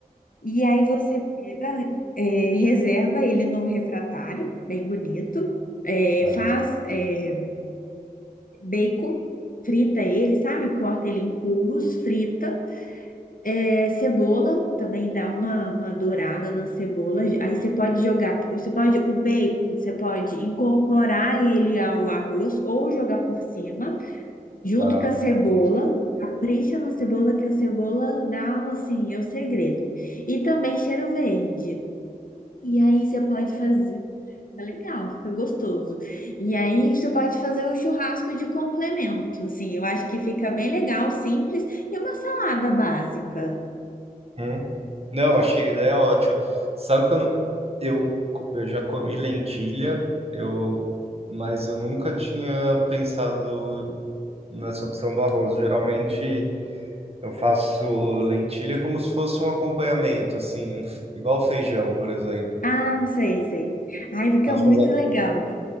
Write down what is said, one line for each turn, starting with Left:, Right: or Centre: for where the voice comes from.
Left: E aí você pega, é, reserva ele num refratário, bem bonito, é,
Right: Tá,
Left: faz é, bacon, frita ele, sabe? Corta ele em cubos, frita. É, cebola, também dá uma, uma dourada na cebola. Aí você pode jogar, você pode, o bacon, você pode incorporar ele ao arroz ou jogar por cima, junto
Right: tá.
Left: com a cebola. Capricha na cebola, que a cebola dá, um, assim, é o segredo. E também cheiro verde. E aí você pode fazer. É legal, fica gostoso. E aí você pode fazer um churrasco de complemento, assim. Eu acho que fica bem legal, simples. E uma salada básica.
Right: Uhum. Não, achei a ideia ótima. Sabe que eu não. Eu, eu já comi lentilha, eu, mas eu nunca tinha pensado nessa opção do arroz. Geralmente eu faço lentilha como se fosse um acompanhamento, assim, um f- igual feijão, por exemplo.
Left: Ah, sei, sei. Ai, fica
Right: Posso
Left: muito
Right: fazer
Left: legal.